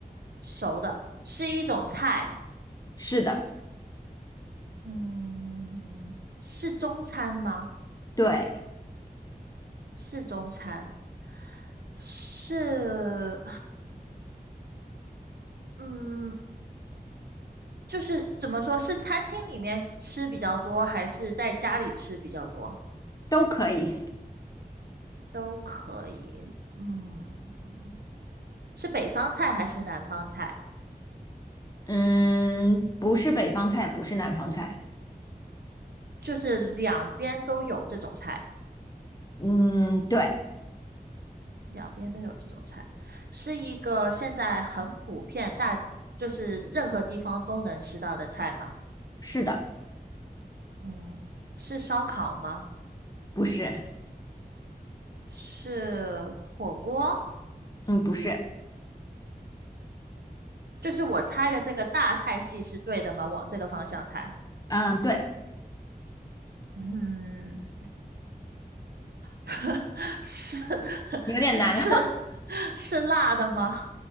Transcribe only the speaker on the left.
是的，
对，
都可以。
嗯，不是北方菜，不是南方菜。
嗯，对，
是的，
不是，
嗯，不是，
嗯，对，
有点难
<laughs>